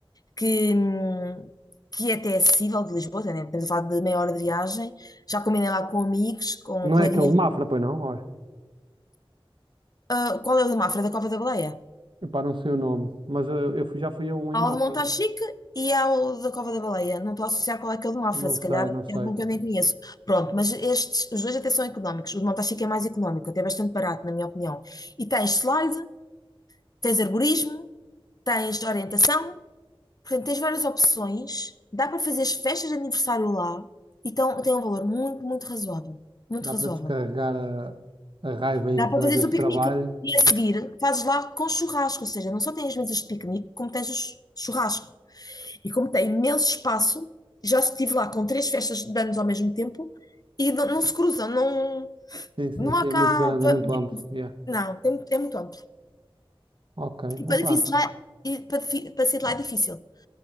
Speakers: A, on the left; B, on the right.
A: que, hum, que até é até acessível de Lisboa, né? Estamos a falar de meia hora de viagem. Já combinei lá com amigos, com
B: Não
A: coleguinhas.
B: é aquele de Mafra, pois não? Olha.
A: Ah, qual é o de Mafra? Da Cova da Baleia?
B: Epá, não sei o nome. Mas eu, eu fui- já fui a um
A: Há
B: em Mafra.
A: o de Montachique e há o da Cova da Baleia. Não estou a associar qual é que é o de Mafra,
B: Não
A: se
B: sei,
A: calhar
B: não sei,
A: é algum
B: pá.
A: que eu nem conheço. Pronto, mas estes, os dois até são económicos. O de Montachique é mais económico, até bastante barato, na minha opinião. E tens slide, tens arborismo, tens orientação. Portanto, tens várias opções, dá para fazer as festas de aniversário lá, então tem um valor muito, muito razoável. Muito
B: Dá
A: razoável.
B: para descarregar a, a raiva em
A: Dá
B: colegas
A: para fazeres o
B: de
A: piquenique.
B: trabalho.
A: E a seguir, fazes lá com churrasco, ou seja, não só tens as mesas de piquenique, como tens o chu- churrasco. E como tem imenso espaço, já estive lá com três festas de anos ao mesmo tempo e não, não se cruzam, não,
B: Sim, sim,
A: não
B: sim.
A: há
B: É
A: cá.
B: muito grande,
A: va-
B: é muito
A: di-
B: amplo. Yeah.
A: Não, tem- muito- é muito amplo.
B: Ok.
A: E para,
B: Epá.
A: difícil lá, e para, difi- para sair de lá é difícil.